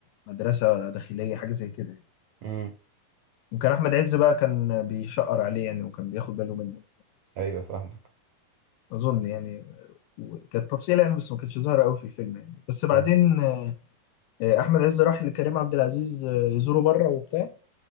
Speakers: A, on the left (about 80°); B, on the right (about 75°).
A: مدرسه داخليه حاجه زي كده يعني.
B: امم
A: وكان احمد عز بقى كان بيشقر عليه يعني وكان بياخد باله منه
B: ايوه فاهمك
A: اظن يعني كانت تفصيلة يعني بس ما كانتش ظاهرة قوي في الفيلم يعني بس بعدين
B: آه.
A: آه، آه، احمد عز راح لكريم عبد العزيز آه، يزوره بره وبتاع